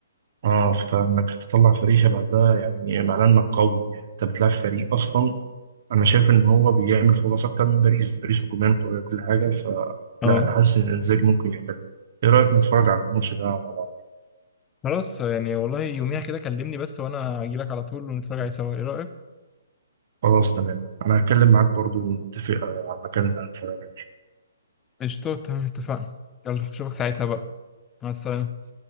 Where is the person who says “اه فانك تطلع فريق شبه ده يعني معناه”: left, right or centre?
Right